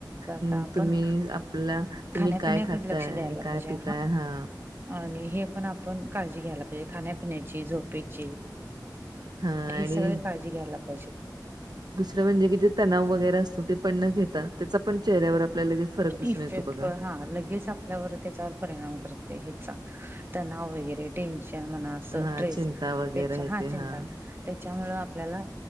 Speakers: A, on the right (about 30°); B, on the right (about 65°).
A: तर आता
B: हूं
A: आपण
B: तुम्ही आपला तुम्ही
A: खाण्यापिण्याकडे
B: काय खाताय
A: लक्ष द्यायला
B: काय
A: पाहिजे
B: पिताय हा
A: आणि हे पण आप पण काळजी घ्यायला पाहिजे खाण्यापिण्याची झोपेची
B: हां
A: ही
B: आणि
A: सगळी काळजी जी घ्यायला पायजे.
B: दुसरं म्हणजे की जे तणाव वगैरे असतो ते पण न घेता त्याचा पण चेहऱ्यावर आपल्या लगेच फरक दिसून
A: इफेक्ट
B: येतो बघा.
A: प हा लगेच आप आपल्यावर त्याच्यावर परिणाम करते हेचा तणाव वगैरे टेन्शन म्हणा असं
B: हां,
A: ट्रेस
B: चिंता
A: त्याच्या
B: वगैरे हे
A: हा
B: ते
A: चिंता
B: हां,
A: त्याच्यामूळ आपल्याला